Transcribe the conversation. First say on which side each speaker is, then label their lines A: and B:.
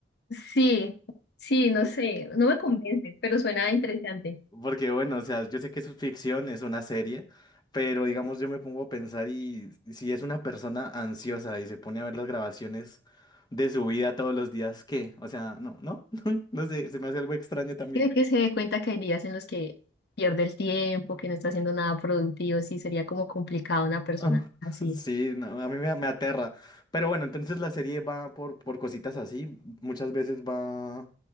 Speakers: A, on the left; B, on the left.
A: Sí, sí, no
B: Po-
A: sé, no me convence, pero suena interesante.
B: Porque bueno, o sea, yo sé que es ficción, es una serie, pero digamos yo me pongo a pensar y si es una persona ansiosa y se pone a ver las grabaciones de su vida todos los días, ¿qué? O sea, no, no, <laughs> no sé, se me hace algo extraño también.
A: Creo que se dé cuenta que hay días en los que pierde el tiempo, que no está haciendo nada productivo, sí, sería como complicado una persona
B: Ah,
A: así.
B: <laughs> Sí, no, a mí me, me aterra. Pero bueno, entonces la serie va por, por cositas así. Muchas veces va